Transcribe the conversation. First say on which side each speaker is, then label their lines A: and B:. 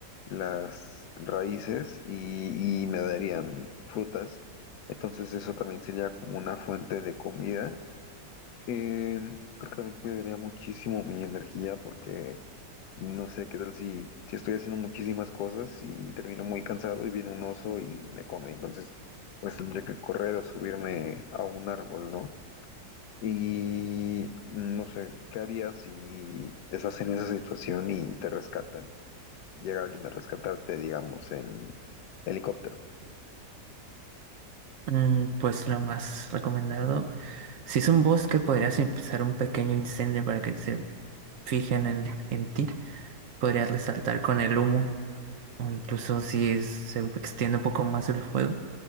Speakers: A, on the left; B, on the right.
A: las raíces y, y me darían frutas. Entonces eso también sería como una fuente de comida eh, creo que también cuidaría muchísimo mi energía porque no sé qué tal si, si estoy haciendo muchísimas cosas y termino muy cansado y viene un oso y me come. Entonces, pues tendría que correr o subirme a un árbol, ¿no? Y no sé, ¿qué harías si estás en esa situación y te rescatan? Llega alguien a rescatarte, digamos, en helicóptero.
B: Mm, pues lo más recomendado, si es un bosque, podrías empezar un pequeño incendio para que se fijen en, en ti. Podrías resaltar con el humo, o incluso si es- se extiende un poco más el fuego,